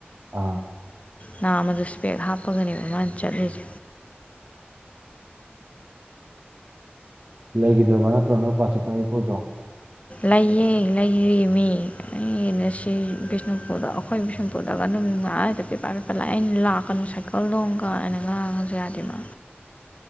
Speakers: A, on the right; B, on the left.
A: ꯑꯥ
B: ꯅꯥꯝ ꯗꯨꯁꯨ ꯁꯄꯦꯛ ꯍꯥꯞꯄꯒꯅꯦꯕ ꯃꯥꯅ ꯆꯠꯂꯤꯁꯦ
A: ꯂꯩꯈꯤꯗ꯭ꯔꯕ ꯅꯠꯇ꯭ꯔꯣ ꯅꯣꯏ ꯀꯣꯆꯤꯛꯄꯅ ꯑꯩꯄꯨꯁꯨ
B: ꯂꯩꯌꯦ ꯂꯩꯌꯦꯃꯤ ꯑꯩꯟꯅ ꯁꯤ ꯕꯤꯁꯅꯨꯄꯨꯔꯗ ꯑꯩꯈꯣꯏ ꯕꯤꯁꯅꯨꯨꯔ ꯇꯣꯠꯂ ꯑꯗꯨꯝ ꯉꯥꯏ ꯍꯦ ꯄꯦ ꯄ ꯄꯦꯄ ꯂꯥꯛꯑꯦ ꯑꯩꯅ ꯂꯥꯛꯀꯅꯨ ꯁꯥꯏꯀꯜꯗꯣꯝꯒ ꯑꯅ ꯉꯥꯡꯉꯁꯨ ꯌꯥꯗꯦꯃ